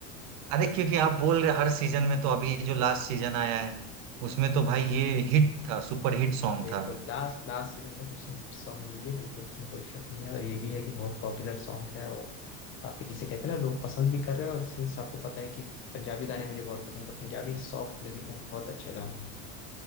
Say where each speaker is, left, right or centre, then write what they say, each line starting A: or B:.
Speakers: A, on the right; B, on the left.
A: अरे क्योंकि आप बोल रहे हर सीजन में तो अभी जो लास्ट सीजन आया है उसमें तो भाई
B: जी
A: ये हिट था सुपर हिट सॉन्ग
B: बिल्कुल
A: था
B: लास्ट लास्ट सीजन का सबसे सॉन्ग यही है बिल्कुल उसमें कोई शक नहीं है और ये भी है कि बहुत पॉपुलर सॉन्ग है और काफी जिसे कहते हैं ना लोग पसंद भी कर रहे हैं और सिंस आपको पता है कि पंजाबी गाने मुझे बहुत पसंद है तो पंजाबी सॉफ्ट म्यूजिक में बहुत अच्छा गाना है